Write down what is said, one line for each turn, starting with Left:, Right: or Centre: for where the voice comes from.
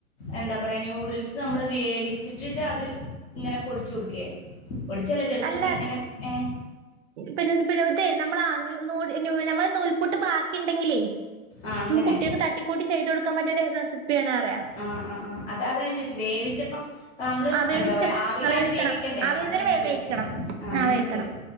Left: എന്താ പർയാ ന്യൂഡിൽസ് അമ്മള് വേവിച്ചിട്ടിട്ട് അത് ഇങ്ങനെ പൊടിച്ചൊട്ക്കേ? പൊടിച്ചല്ല ജസ്റ്റ്
Right: നല്ല
Left: ചി ങ്ങനെ ഏഹ്
Right: പിന്നെ പി ഇതെ നമ്മള ന നമ്മളെനൂൽ നൂൽപുട്ട് ബാക്കിണ്ടെങ്കിലേ
Left: ആഹ് അങ്ങനെ
Right: നമക്ക് കുട്ട്യാക്ക് തട്ടിക്കൂട്ടി ചെയ്തൊട്ക്കാം പറ്റിയരു റെസിപ്പ്യാണാറ്യ
Left: ആഹ് ആഹ് ആഹ് അത് അതാ ഞാചോയ്ച്ചെ വേവിച്ചപ്പം ഇപ്പമ്മള്
Right: ആ വേവിച്ചിട്ട്
Left: എന്താ പറയാ ആവീലാദ്യം
Right: ആ വേവിക്കണം
Left: വേവിക്കണ്ടേ
Right: ആവിയിൽ
Left: അതാ ഞാചോയ്ച്ചെ
Right: വേവിക്കണം
Left: ആഹ്
Right: ആ
Left: എന്നിട്ട്
Right: വേവിക്കണം